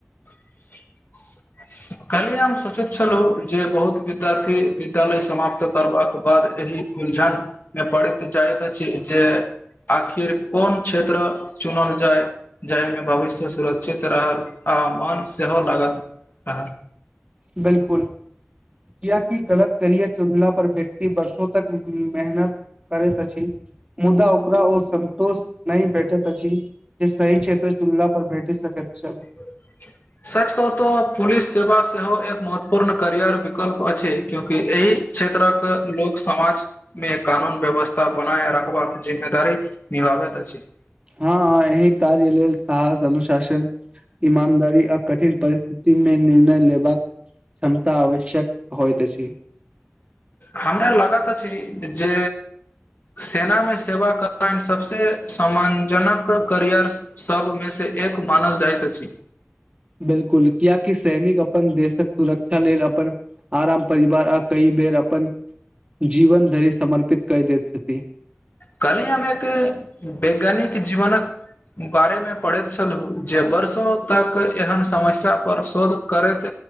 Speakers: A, on the left; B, on the right.
A: <inaudible> काल्हि हम सोचैत छलौ जे बहुत विद्यार्थी विद्यालय समाप्त करबाक बाद एहि उलझन मे पड़ैत जाइत अछि जे आखिर कोन क्षेत्र चुनल जाय जाहिमे भविष्य सुरक्षित रहल आ त मन सेहो लागत आ
B: बिल्कुल किय कि गलत करियर चुनला पर व्यक्ति बर्षों तक मेहनत करैत अछि मुदा ओकरा ओ संतोष नहि भेटैत अछि जे सही क्षेत्र चुनल्ला पर भेटै सकैत चल
A: <inaudible> सच कहू तऽ पुलिस सेवा सेहो एक महत्वपूर्ण करियर विकल्प अछि क्यूंकि एहि क्षेत्रक लोक समाज मे कानून व्यवस्था बनाए रखबाक जिम्मेदारी क बाब छै <inaudible>
B: हँ एहि काज लेल साहस अनुशासन ईमानदारी आ कठिन परिस्थिति मे निर्णय लेबाक क्षमता आवश्यक होइत अछि
A: हमरा लग तऽ छैय जे सेना मे सेवा करन सबसे सम्मानजनक करियर सबमे से ए एक मानल जाइत अछि
B: बिल्कुल कियाकि सैनिक अपन देशक सुरक्षा लेल अपन आराम परिवार आ कई बेर अपन जीवन धरि समर्पित कैय देल छथि
A: काल्हि हम एक वैज्ञानिक जीवनक बारेमे पढ़ैत छलौ जे वर्षो तक एहन समस्यापर शोध करैत